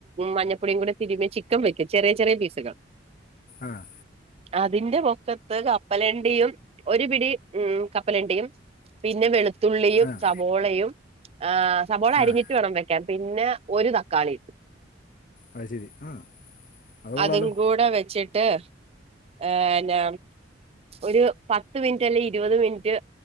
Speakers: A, on the right (about 35°); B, on the left (about 45°).
A: മഞ്ഞപ്പൊടിയും കൂടി തിരുമി ചിക്കൻ വെക്കും ചെറിയ ചെറിയ പീസുകൾ
B: ആഹ്
A: അതിന്റെ പൊക്കത്ത് കപ്പലണ്ടിയും ഒരു പിടി ഉം കപ്പലണ്ടിയും പിന്നെ വെളു തുള്ളിയും
B: ആഹ്
A: സബോളയും ആഹ് സബോള അരിഞ്ഞട്ട്
B: ആഹ്
A: വേണം വെക്കാൻ. പിന്നെ ഒരു തക്കാളിയും
B: ആ ശരി ആഹ് അത് കൊള്ളാലോ
A: അതുക്കൂടെ വെച്ചി ട്ട് ആഹ് എന്ന ഒരു പത്ത് മിനിറ്റ് അല്ലെ ഇരുപത് മിനിറ്റ്